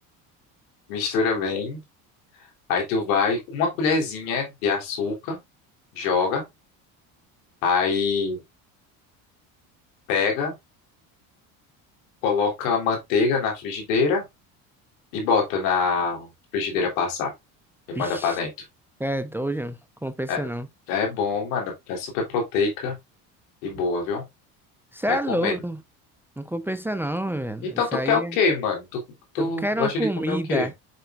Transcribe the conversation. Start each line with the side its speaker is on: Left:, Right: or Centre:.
Left: mistura bem. Aí tu vai com uma colherzinha de açúcar, joga. Aí pega, coloca a manteiga na frigideira e bota na frigideira passar e manda
Centre: ixi.
Left: pra dentro.
Centre: É doido, não compensa
Left: É,
Centre: não.
Left: é bom, mano. É super proteica e boa, viu?
Centre: Você
Left: Recomendo.
Centre: é louco, não compensa não, velho.
Left: Então
Centre: Isso
Left: tu
Centre: aí
Left: quer o quê,
Centre: é...
Left: mano? Tu, tu
Centre: Eu quero
Left: gosta
Centre: uma comida
Left: de comer o quê?